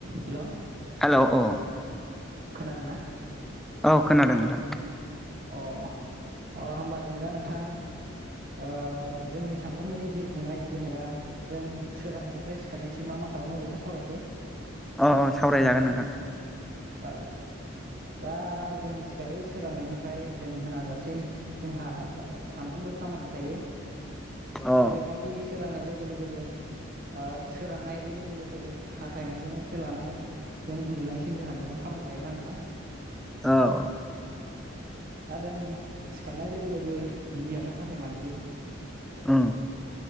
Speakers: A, on the right (about 45°); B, in the centre.
A: हेल'
B: hello अ
A: खोनादोंना?
B: औ खोनादों नोथां।
A: अ अ होमबा जों दा नोंथां ओ जोंनि सानफ्रोमबोनि जिउ खुंनाय जेनेबा जों सोरांनायनिफ्राय सिखारनायसिम मा मा खालामो बेखौ सावरायसै
B: अ अ सावरायजागोन नोंथां।
A: औ दा जों मिथिखायो सोरांनायनिफ्राय जों मोनाजासिम जोंहा औ सानफ्रोमबो खामानि थायो
B: औ
A: जेरैनाखि सोरांनाय लोगो लोगो जों ओ सोरांनाय लोगो लोगो हाथाय मानजिनायनिफ्राय लानानै जों उन्दुनायसिम जोंहा गोबां खामानि थायोना नोंथां?
B: औ औ
A: दा जों सिखारनाय लोगो लोगो गिबियावनो हाथाय मानजियो
B: उम